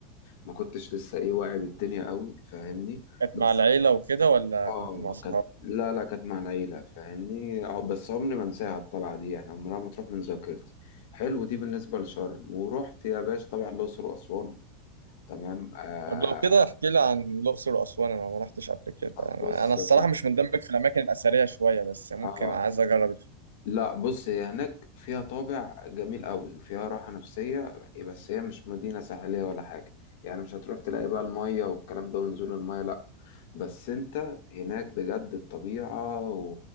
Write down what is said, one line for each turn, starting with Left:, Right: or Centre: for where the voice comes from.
Left: ما كنتش لسه ايه واعي بالدنيا قوي فاهمني
Right: كانت
Left: بس
Right: مع العيلة وكده ولا
Left: اه
Right: كنت مع صحابك
Left: كانت لا لا كانت مع العيلة فاهمني اه بس عمري ما انساها الطلعة دي يعني عمرها ما تروح من ذاكرتي حلو دي بالنسبة لشرم ورحت يا باشا طبعا الأقصر وأسوان تمام آه
Right: طب لو كده احكي لي عن الأقصر وأسوان انا ما رحتش قبل كده
Left: آه،
Right: انا
Left: بص
Right: أنا الصراحة
Left: يا صاحبي
Right: مش مندمج في الأماكن الأثرية شوية بس ممكن
Left: اه
Right: عايز اجرب
Left: لا بص هي هناك فيها طابع جميل قوي وفيها راحة نفسية بس هي مش مدينة ساحلية ولا حاجة يعني مش هتروح تلاقي بقى المية والكلام ده ونزول المية لا بس انت هناك بجد الطبيعة و...